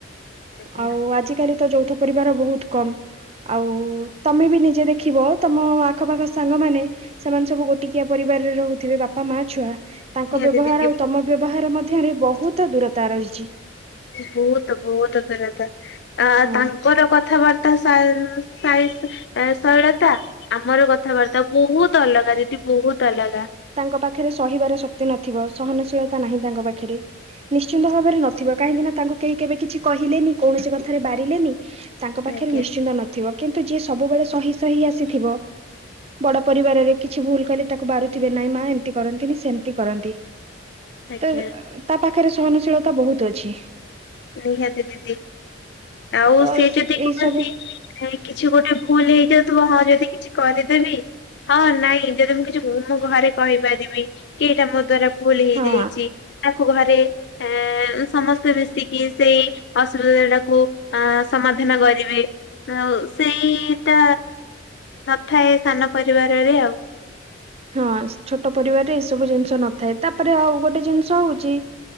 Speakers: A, on the left; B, on the right.
A: ଆଜ୍ଞା
B: ଆଉ ଆଜି ଆଜିକାଲିତ ଯୌଥ ପରିବାର ବହୁତ କମ୍। ଆଉ ତମେ ବି ନିଜେ ଦେ ଦେଖିବ ତମ ଆଖପାଖ ସାଙ୍ଗମାନେ, ସେମାନେ ସବୁ ଗୋଟିକିଆ ପରିବାରରେ ରହୁଥିବେ ବାପା ମା ଛୁଆ। ତାଙ୍କ
A: ନିହାତି
B: ବ୍ୟବହାର
A: ଦିଦି
B: ଆଉ ତମ ବ୍ୟବହାର ମଧ୍ୟରେ ବହୁତ ଦୂରତା ରହିଛି।
A: ବହୁତ ବହୁତ ଦୂରତା, ଆ
B: ହଁ
A: ତାଙ୍କର କଥାବାର୍ ସାଇ ସାଇ ଶୈଳତା ଆମର କଥାବାର୍ତ୍ତା, ବହୁତ ଅଲଗା ଦିଦି, ବହୁତ ଅଲଗା।
B: ତାଙ୍କ ପାଖରେ ସହିବାର ଶକ୍ତି ନଥିବ, ସହନଶୀଳତା ନାହିଁ ତାଙ୍କ ପାଖରେ। ନିଶ୍ଚିନ୍ତ ଭାବରେ ନଥିବ, କାହିଁକି ନା ତାଙ୍କୁ କେହି କେବେ କିଛି କହିଲେନି, କୌଣସି କଥାରେ ବାରିଲେନି ତାଙ୍କ ପାଖରେ
A: ଆଜ୍ଞା
B: ନିଶ୍ଚିନ୍ତ ନଥିବ କିନ୍ତୁ ଯିଏ ସବୁବେଳେ ସହି ସହି ଆସିଥିବ ବଡ ପରିବାରରେ କିଛି ଭୁଲ କଲେ ତାକୁ ବାରୁ ମା ଏମିତି କରନ୍ତିନି, ସେମିତି କରନ୍ତି,
A: ଆଜ୍ଞା
B: ତ ତା ପାଖରେ ସହନଶୀଳତା ବହୁତ ଅଛି।
A: ନିହାତି ଦିଦି ଆଉ
B: ତ
A: ସିଏ ଯଦି
B: ଏଇ
A: କୌଣସିି
B: ସବୁ
A: କିଛି ଗୋଟେ ଭୁଲ ହେଇଯାଉଥିବ, ହଁ ଯଦି କିଛି କରିଦେବି ହଁ ନାଇଁ ଯଦି ମୁଁ କିଛି ଭୁ, ମୁଁ ଘରେ କହିପାରିବି କି ଏଇଟା ମୋ ଦ୍ଵାରା ଭୁଲ ହେଇଯାଇଚି,
B: ହଁ
A: ତାକୁ ଘରେ ଆ ସମସ୍ତେ ମିଶି ଶିକିି ସେଇ ଅସୁବିଧା ଟାକୁ ଅ ସମାଧାନ କରିବେ। ଆଉ ସେଇଟା ନଥାଏ ସାନ ପରିବାରରେ ଆଉ।
B: ହଁ, ଛୋଟ ପରିବାରରେ ଏଇସବୁ ଜିନିଷ ନଥାଏ। ତାପରେ ଆଉ ଗୋଟେ ଜିନିଷ ହଉଚି